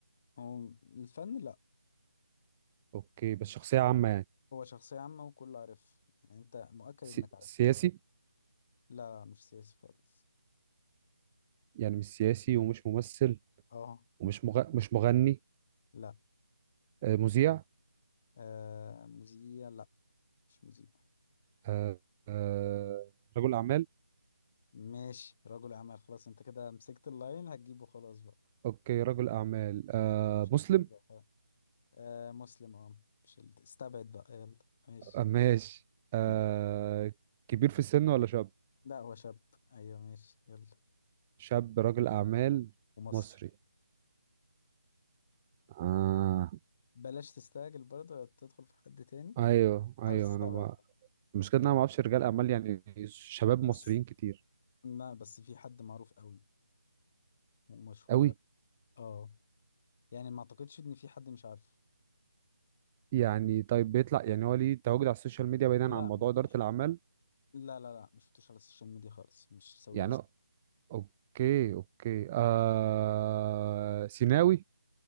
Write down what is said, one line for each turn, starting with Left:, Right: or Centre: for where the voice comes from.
Left: هو الفن لا
Right: اوكي بس شخصيه عامه يعني
Left: هو شخصية عامة وكله عارف يعني انت مؤكد
Right: سي...
Left: انك عارف
Right: سياسي
Left: لا لا مش سياسي خالص
Right: يعني مش سياسي ومش ممثل
Left: اه
Right: ومش مغ... مش مغني
Left: لا
Right: آه، مذيع
Left: آه مذيع لا مش مذيع
Right: آه، آه، رجل أعمال
Left: ماشي رجل أعمال خلاص انت كده مسكت اللاين هتجيبه خلاص بقى
Right: أوكي رجل أعمال آه،
Left: مش كتير
Right: مسلم
Left: بقى آه مسلم اه مش ال- استبعد بقى يلا ماشي
Right: آه، ماشي آه،
Left: <laughs>
Right: كبير في السن ولا شاب
Left: لا هو شاب ايوه ماشي يلا
Right: شاب رجل أعمال
Left: ومصري
Right: مصري آه.
Left: بلاش تستعجل برضه ولا تدخل في حد تاني
Right: أيوه أيوه
Left: حاول تستبعد
Right: أنا ما المشكلة إن أنا ما أعرفش رجال أعمال يعني شباب مصريين
Left: بس
Right: كتير
Left: لا بس في حد معروف قوي ومشهور
Right: أوي
Left: قوي اه يعني ما اعتقدش ان في حد مش عارفه
Right: يعني طيب بيطلع يعني هو ليه تواجد على السوشيال ميديا بعيدا
Left: لا
Right: عن موضوع
Left: ما-
Right: إدارة
Left: مش شفت-
Right: الأعمال
Left: لا لا لا مش شفتوش على السوشيال ميديا خالص مش سوي
Right: يعني
Left: رسم
Right: اوكي اوكي آه... سيناوي